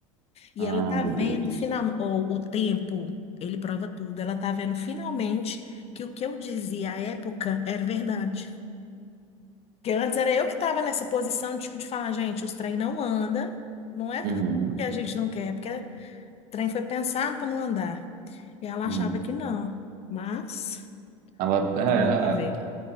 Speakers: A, on the left; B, on the right.
A: E
B: Ah,
A: ela tá
B: meu Deus.
A: vendo finalmente, o tempo, ele prova tudo. Ela tá vendo finalmente que o que eu dizia à época era verdade. Porque antes era eu que estava nessa posição, tipo, de falar, gente, os trem não anda, não é
B: Uhum,
A: porque a gente não quer, é porque o trem foi pensado para não andar. E ela
B: uhum.
A: achava que não, mas
B: Ela, é, a-
A: tá lá pra ver.